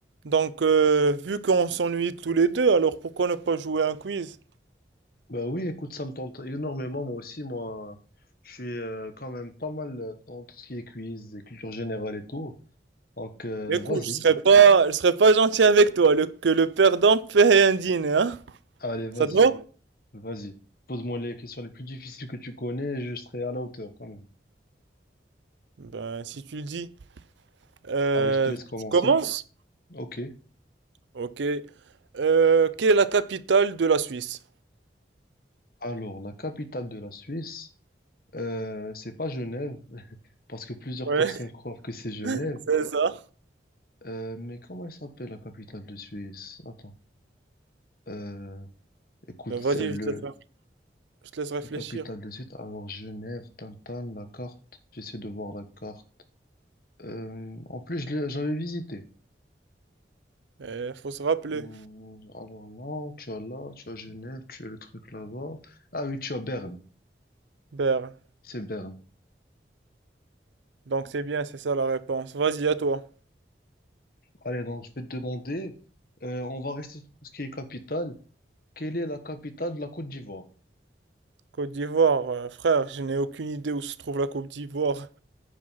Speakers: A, on the right; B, on the left.
A: Donc, euh, vu qu'on s'ennuie tous les deux, alors pourquoi ne pas jouer à un quiz?
B: Bah oui, écoute, ça me tente énormément, moi aussi, moi, je suis euh, quand même pas mal euh, dans tout ce qui est quiz, et culture générale et tout. Donc, euh,
A: Écoute,
B: vas-y,
A: je serais pas, je serais pas gentil avec toi, le- que le perdant paie un dîner, hein?
B: allez, vas-y,
A: Ça te va?
B: vas-y. Pose-moi les questions les plus difficiles que tu connais, et je serai à la hauteur quand même.
A: Ben, si tu le dis. Euh,
B: Allez, je te laisse commencer.
A: tu commences?
B: Ok.
A: Ok. Euh, quelle est la capitale de la Suisse?
B: Alors, la capitale de la Suisse, euh, c'est pas Genève, <laughs> parce que plusieurs
A: Ouais,
B: personnes
A: <laughs>
B: croient que c'est Genève.
A: c'est ça.
B: Euh, mais comment elle s'appelle la capitale de Suisse? Attends. Euh, écoute,
A: Ben, vas-y,
B: c'est le
A: je te laisse, je te laisse réfléchir.
B: La capitale de suite, alors Genève, Tintin, la carte, j'essaie de voir la carte. Euh, en plus, je l'ai- j'avais visité.
A: Il faut se rappeler.
B: Hum, Alors là, tu as là, tu as Genève, tu as le truc là-bas. Ah oui, tu as Berne,
A: Berne.
B: c'est Berne.
A: Donc, c'est bien, c'est ça la réponse. Vas-y, à toi.
B: Allez, donc je vais te demander, euh, on va rester sur tout ce qui est capitale. Quelle est la capitale de la Côte d'Ivoire?
A: Côte d'Ivoire, euh, frère, je n'ai aucune idée où se trouve la Côte d'Ivoire.